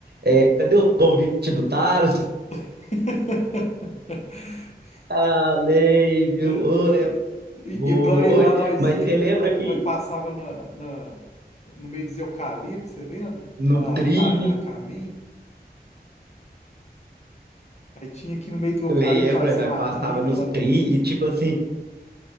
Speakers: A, on the right; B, on the left.
A: É, cadê o convite do Thales?
B: <laughs>
A: Falei, viu?
B: Eh,
A: Ô, é
B: E,
A: boa.
B: e para ir
A: Oi,
B: lá, nós
A: mas
B: ia,
A: você
B: nós,
A: lembra que
B: nós passava na, na- no meio dos eucaliptos, você lembra?
A: no
B: Para
A: trilho,
B: taiar caminho. Aí tinha aqui no meio do eucalipto
A: lembra,
B: fazer
A: nós
B: uma
A: passava
B: trilha
A: nos
B: lá
A: tri
B: no meio.
A: e tipo assim,